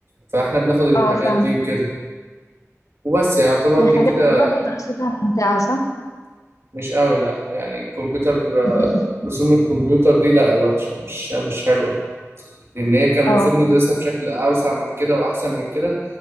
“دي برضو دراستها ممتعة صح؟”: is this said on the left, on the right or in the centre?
Left